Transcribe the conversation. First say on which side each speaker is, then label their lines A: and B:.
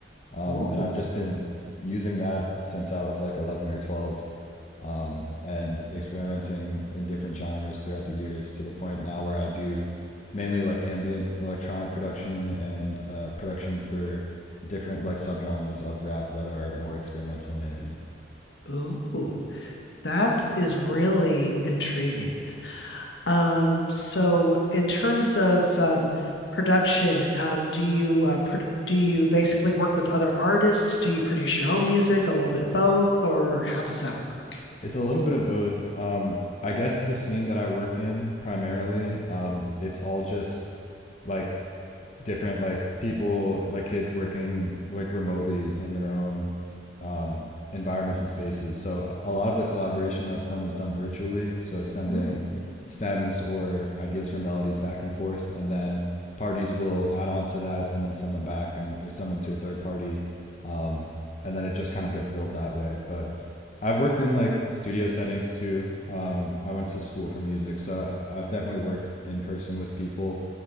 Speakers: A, on the left; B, on the left.
A: Um,
B: Ooh,
A: and I've just been using that since I was like 11 or 12 um, and experimenting in different genres throughout the years to the point now where I do mainly like ambient electronic production and uh, production for different like subgenres of rap that are more experimental and ambient.
B: ooh, that is really intriguing. Um, so in terms of um, production, um, do you uh, pro do you basically work with other artists? Do you produce your own music, a little bit of both, or how does that work?
A: It's a little bit of both. Um, I guess the scene that I work in primarily, um, it's all just like different like people like kids working like remotely in their own um, environments and spaces so a lot of the collaboration that's done is done virtually so sending
B: Mm.
A: stems or ideas for melodies back and forth and then parties will add on to that and then send them back and or send them to a third party um, and then it just kind of gets built that way but i've worked in like studio settings too um, i went to school for music so i've definitely worked in person with people